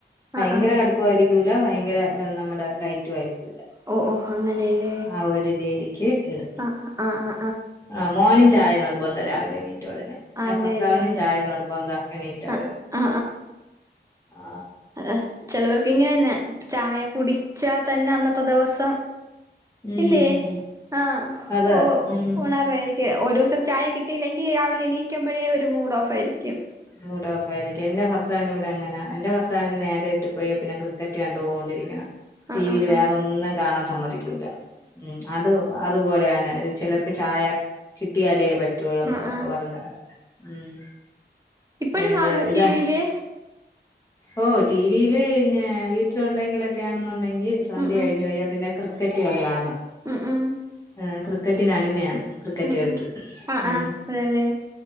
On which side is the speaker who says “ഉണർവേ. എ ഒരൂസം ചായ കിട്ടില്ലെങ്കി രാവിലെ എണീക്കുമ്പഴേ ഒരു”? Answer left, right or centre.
Right